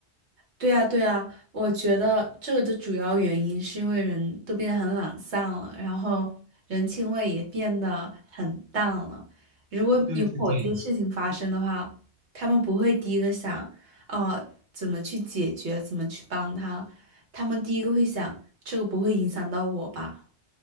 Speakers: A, on the right (about 80°); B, on the right (about 50°).
A: 对啊，对啊，我觉得这个的主要原因是因为人都变得很懒散了，然后人情味也变得很淡了。如果有某些事情发生的话，
B: 对对对，
A: 他们不会第一个想，呃，怎么去解决，怎么去帮他，他们第一个会想，这个不会影响到我吧？